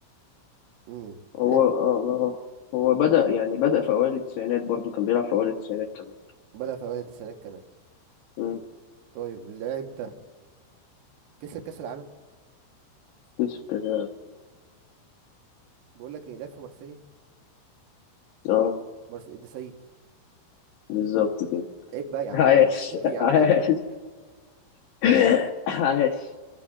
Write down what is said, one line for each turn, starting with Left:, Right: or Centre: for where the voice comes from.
Right: امم
Left: هو
Right: لعب في-
Left: اه ما هو هو بدأ يعني بدأ في اوائل التسعينات برضو كان بيلعب في اوائل التسعينات كمان
Right: بدأ في اوائل التسعينات كمان
Left: امم
Right: طيب اللاعب ده كسب كاس العالم
Left: يوسف كده
Right: بقول لك ايه لعب في مارسيليا
Left: اه
Right: مارس ديساي
Left: بالظبط كده
Right: عيب بقى
Left: <laughs>
Right: يا عم
Left: عاش
Right: عيب. <laughs> يا عم
Left: عاش
Right: عيب بقى
Left: <coughs> عاش